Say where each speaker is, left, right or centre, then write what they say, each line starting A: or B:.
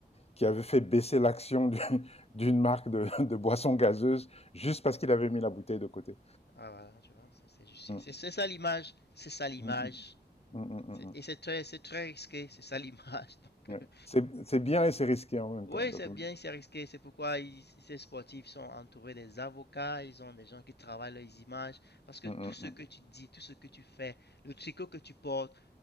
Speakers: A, on the left; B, on the left.
A: qui avait fait baisser l'action d'une <laughs> d'une marque de de boissons gazeuses juste parce qu'il avait mis la bouteille de côté.
B: Ah, voilà, tu vois, c'est c'est juste, c'est
A: Mmh.
B: c'est- c'est ça l'image, c'est ça l'image.
A: Mmh mh. Mmh mh. Mmh
B: C'est-
A: mmh.
B: Et c'est très, c'est très risqué, c'est ça l'image. <laughs> Donc,
A: Ouais.
B: euh,
A: C'est c'est bien et c'est risqué en même
B: Oui,
A: temps. Donc,
B: c'est
A: oui.
B: bien, c'est risqué. C'est pourquoi ils- ces sportifs sont entourés des avocats, ils ont des gens qui travaillent leurs images, parce que
A: Mmh
B: tout ce
A: mh
B: que tu dis, tout ce que tu fais, le tricot que tu portes,